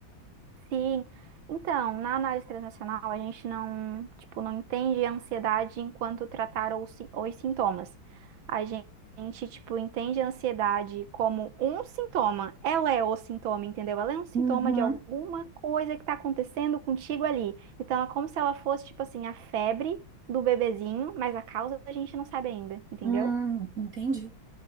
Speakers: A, on the right; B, on the right.
A: Sim. Então, na análise transacional, a gente não, tipo, não entende a ansiedade enquanto tratar os, sin- os sintomas. A gen- gente, tipo, entende a ansiedade como um sintoma. Ela é o sintoma, entendeu? Ela é um sintoma
B: Uhum.
A: de alguma coisa que tá acontecendo contigo ali. Então, é como se ela fosse, tipo assim, a febre do bebezinho, mas a causa a gente não sabe ainda, entendeu?
B: Hum, entendi.